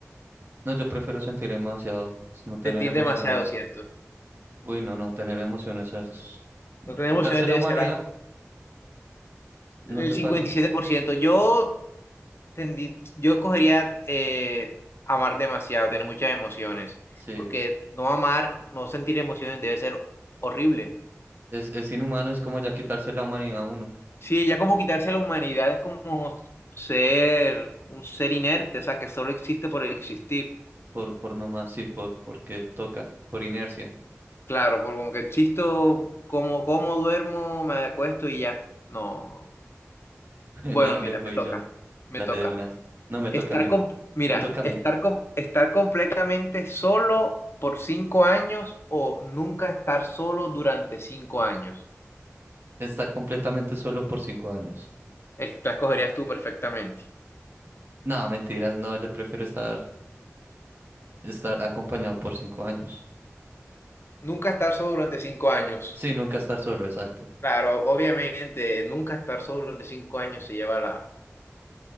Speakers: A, on the right; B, on the left.
A: No, yo prefiero sentir demasiado, pues, no tener
B: Sentir
A: emociones.
B: demasiado, cierto.
A: Uy, no, no tener emociones es
B: No tener
A: quitarse
B: emociones
A: la
B: debe
A: humanidad,
B: ser algo.
A: ¿no
B: El
A: te
B: cincuenta
A: parece?
B: y siete por ciento Yo Tendí- Yo escogería eh, amar demasiado, tener muchas emociones,
A: Sí,
B: porque no amar, no sentir emociones debe ser horrible.
A: es, es inhumano, es como ya quitarse la humanidad a uno,
B: Sí, ya como quitarse la humanidad es como ser un ser inerte, o sea, que solo existe por existir.
A: por, por nomás, sí, por, porque toca, por inercia.
B: Claro, por como que existo, como, como duermo, me acuesto y ya. No, no. no.
A: <laughs> Bueno,
B: Bueno,
A: dale,
B: mira,
A: voy
B: me toca,
A: yo.
B: me
A: Dale
B: toca.
A: de una. No, me
B: Estar
A: toca a mí.
B: com- mira,
A: Me toca a
B: estar
A: mí.
B: com- estar completamente solo por cinco años o nunca estar solo durante cinco años.
A: Estar completamente solo por cinco años.
B: Es- La escogerías tú perfectamente.
A: No, mentiras, no, yo prefiero estar, estar acompañado por cinco años.
B: Nunca estar solo durante cinco años.
A: Sí, nunca estar solo, exacto.
B: Claro, obviamente, nunca estar solo durante cinco años se lleva la,